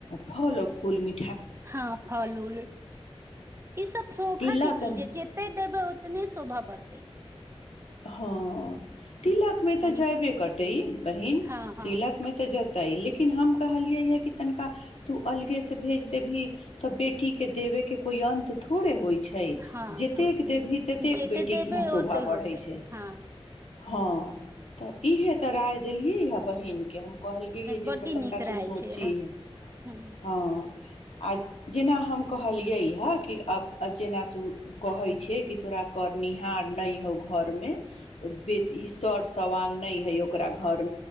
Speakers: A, on the left; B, on the right.
A: फल फूल मि
B: हँ फल उूल ईसभ शोभा
A: तिलक
B: चीज है जतेय देबै उतने शोभा बढ़तै
A: हँ तिलक मे
B: तनी
A: तऽ जयबे करतै ई बहिन
B: हँ हँ
A: तिलक मे तऽ जतै लेकिन ल हम कहलियै ये तनखा तू अलगे से भेज दे भी तऽ बेटी के देबे के कोई अंत थोड़े होइ छै छै
B: हँ
A: जतेक
B: हँ
A: देवी ततेक
B: जते
A: बेटी
B: देबै
A: के यहा शोभा
B: ओते
A: बढ़े
B: होते
A: छै
B: हँ
A: हँ तऽ इहे तऽ राय देलियै ह बहिन के हम कहल जे
B: बड्डी
A: तनिका
B: नीक
A: तू
B: रहै
A: सोचह
B: छै हँ
A: हँ आ जेना हम कहलियै हँ कि अब जेना तू कहे छै कि तोरा करनिहार न होगो घरमे बेसी इ सर सवा नहि ओ घर